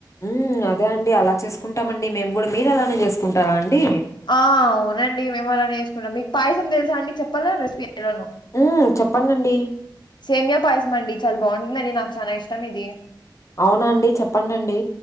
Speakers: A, on the left; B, on the left.
A: ఉమ్ అదే అండి అలా చేసుకుంటామ అండి మేము కూడా మీరు అలానే చేసుకుంటారా అండి
B: ఆ అవునండి మేము అలానే వేసుకుంటాం మీకు పాయసం తెలుసా అండి చెప్పాగలరా రెసిపీలను
A: ఉమ్ చెప్పండండి
B: సేమియా పాయసమండి చాలా బాగుంటుందని నాకు చానా ఇష్టం ఇది
A: అవునా అండి చెప్పండండి.